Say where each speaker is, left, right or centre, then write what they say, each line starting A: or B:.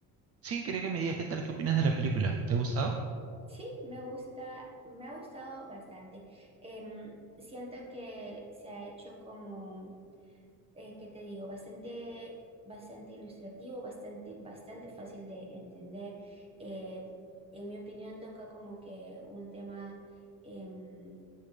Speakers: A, on the right; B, on the right.
A: sí, quería que me digas qué tal, qué opinas de la película. ¿Te ha gustado?
B: Sí, me gusta, me ha gustado bastante. Em, siento que se ha hecho como, eh, ¿qué te digo? Bastante, bastante ilustrativo, bastante, bastante fácil de entender. Eh, en mi opinión, toca como que un tema em,